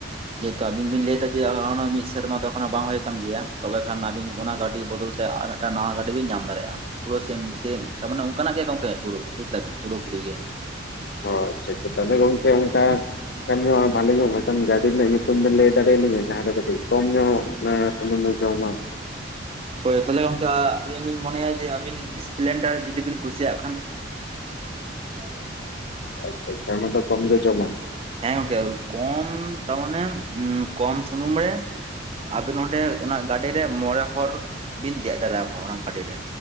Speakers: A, on the right (about 30°); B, on the left (about 55°).
A: ᱡᱮᱦᱮᱛᱩ ᱟᱵᱤᱱ ᱵᱤᱱ ᱞᱟᱹᱭ ᱮᱫᱟ ᱡᱮ ᱚᱱᱟ ᱢᱤᱫ ᱥᱮᱨᱢᱟ ᱫᱚ ᱮᱠᱷᱚᱱᱳ ᱵᱟᱝ ᱦᱩᱭ ᱠᱟᱱ ᱜᱮᱭᱟ ᱛᱚᱵᱮ ᱠᱷᱟᱱ ᱟᱵᱤᱱ ᱚᱱᱟ ᱜᱟᱹᱰᱤ ᱵᱚᱫᱚᱞ ᱛᱮ ᱟᱨ ᱢᱤᱫᱴᱟᱝ ᱱᱟᱣᱟ ᱜᱟᱹᱰᱤ ᱵᱤᱱ ᱧᱟᱢ ᱫᱟᱲᱮᱭᱟᱜᱼᱟ ᱯᱩᱨᱟᱹ ᱥᱮᱢ ᱥᱮᱢ ᱛᱟᱨ ᱢᱟᱱᱮ ᱚᱱᱠᱟᱱᱟᱜ ᱜᱮ ᱜᱚᱝᱠᱮ ᱵᱩᱡ ᱮᱫᱟ ᱯᱩᱨᱟᱹᱯᱩᱨᱤ ᱜᱮ
B: ᱚ ᱟᱪᱪᱷᱟ ᱟᱪᱪᱷᱟ ᱛᱟᱞᱮ ᱜᱚᱝᱠᱮ ᱚᱱᱠᱟ ᱮᱱ ᱧᱚᱜ ᱵᱷᱟᱞᱤ ᱧᱚᱜ ᱢᱤᱫᱴᱟᱱ ᱜᱟᱹᱰᱤ ᱨᱮᱱᱟᱜ ᱧᱩᱛᱩᱢ ᱵᱮᱱ ᱞᱟᱹᱭ ᱫᱟᱲᱮᱭᱟᱞᱤᱧᱟ ᱡᱟᱦᱟᱸᱨᱮ ᱠᱟᱹᱴᱤᱡ ᱠᱚᱢ ᱧᱚᱜ ᱢᱟ ᱥᱩᱱᱩᱢᱮ ᱡᱚᱢᱟ
A: ᱦᱳᱭ ᱛᱟᱦᱚᱞᱮ ᱜᱚᱝᱠᱮ ᱟᱹᱵᱤᱱ ᱤᱧ ᱢᱚᱱᱮᱭᱟ ᱡᱮ ᱟᱹᱵᱤᱱ ᱤᱥᱯᱮᱞᱮᱱᱰᱟᱨ ᱡᱩᱫᱤ ᱵᱤᱱ ᱠᱩᱥᱤᱭᱟᱜ ᱠᱷᱟᱱ <unintelligible>
B: ᱟᱪᱪᱷᱟ ᱪᱟ ᱚᱱᱟ ᱫᱚ ᱠᱚᱢ ᱜᱮ ᱡᱚᱢᱟ
A: ᱦᱮᱸ ᱜᱚᱝᱠᱮ ᱟ ᱠᱚᱢ ᱛᱟᱨᱢᱟᱱᱮ ᱢᱟᱱᱮ ᱠᱚᱢ ᱥᱩᱱᱩᱢ ᱨᱮ ᱟᱵᱤᱱ ᱚᱸᱰᱮ ᱚᱱᱟ ᱜᱟᱹᱰᱤᱨᱮ ᱢᱚᱬᱮ ᱦᱚᱨ ᱵᱤᱱ ᱫᱮᱡ ᱫᱟᱲᱮᱭᱟᱠᱚᱣᱟ ᱚᱱᱟ ᱜᱟᱹᱰᱤᱨᱮ